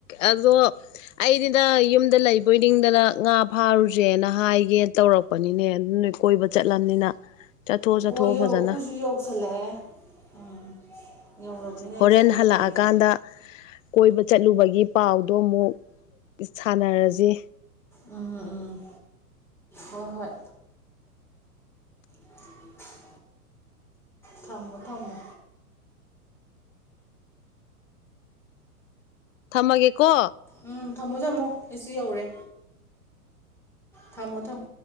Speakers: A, on the left; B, in the centre.
A: ꯑꯗꯣ ꯑꯩꯗꯤꯅ ꯌꯨꯝꯗ ꯂꯩꯕꯣꯏ ꯅꯤꯡꯗꯅ ꯉꯥ ꯐꯥꯔꯨꯁꯦꯅ ꯍꯥꯏꯒꯦꯅ ꯇꯧꯔꯛꯄ ꯑꯣꯅꯤꯅꯦ ꯑꯗꯨ ꯅꯣꯏ ꯀꯣꯏꯕ ꯆꯠꯂꯝꯅꯤꯅ ꯆꯠꯊꯣꯛ ꯆꯠꯊꯣꯛꯑꯣ
B: ꯍꯣ ꯌꯧ
A: ꯐꯖꯅ
B: ꯑꯩꯈꯣꯏꯁꯨ ꯌꯧꯁꯜꯂꯛꯑꯦ ꯎꯝ ꯌꯧꯔꯕꯅꯤꯅ
A: ꯍꯣꯔꯦꯟ
B: ꯑꯩꯁꯨ
A: ꯍꯜꯂꯛꯑꯀꯥꯟꯗ
B: ꯀꯩ ꯀꯩꯅꯣ
A: ꯀꯣꯏꯕ ꯆꯠꯂꯨꯕꯒꯤ ꯄꯥꯎꯗꯣ ꯑꯃꯨꯛ ꯁꯥꯟꯅꯔꯖꯦ
B: ꯎꯝ ꯎꯝ ꯍꯣꯏ ꯍꯣꯏ <inaudible> ꯊꯝꯃꯣ ꯊꯝꯃꯣ
A: ꯊꯝꯃꯒꯦꯀꯣ
B: ꯎꯝ ꯊꯝꯃꯣ ꯊꯝꯃꯣ ꯑꯩꯁꯨ ꯌꯧꯔꯦ ꯊꯥꯝꯃꯣ ꯊꯝ